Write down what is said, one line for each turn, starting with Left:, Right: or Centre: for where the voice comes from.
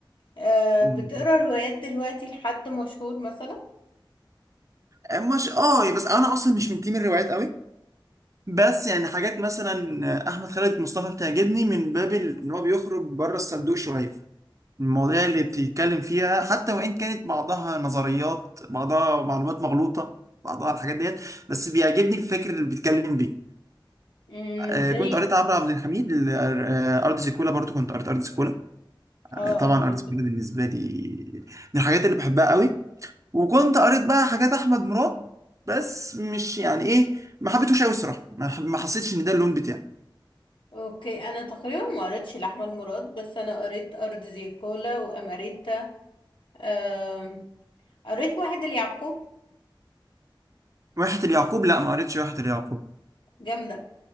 Left: أه
Right: م-
Left: بتقرا
Right: م.
Left: روايات دلوقتي لحد مشهور مثلا
Right: مش اه بس انا اصلا مش من تيم الروايات قوي بس يعني حاجات مثلا احمد خالد مصطفى بتعجبني من باب ال- ان هو بيخرج بره الصندوق شويه المواضيع اللي بتتكلم فيها حتى وان كانت بعضها نظريات بعضها معلومات مغلوطه بعضها الحاجات ديت بس بيعجبني الفكر اللي بيتكلم بيه
Left: امم
Right: آه
Left: زي
Right: كنت قريت عمرو عبد الحميد ال- آه، ارض زيكولا برضو كنت قريت ارض زيكولا آه،
Left: اه
Right: طبعا
Left: ارض زيكولا
Right: ارض زيكولا بالنسبه لي من الحاجات اللي بحبها قوي وكنت قريت بقى حاجات احمد مراد بس مش يعني ايه ما حبيتهوش قوي الصراحه ما ما حسيتش ان ده اللون بتاعي
Left: اوكي انا تقريبا ما قريتش لاحمد مراد بس انا قريت ارض زيكولا واماريتا آم، قريت واحد اليعقوب
Right: واحة اليعقوب لا ما قريتش واحة اليعقوب
Left: جامدة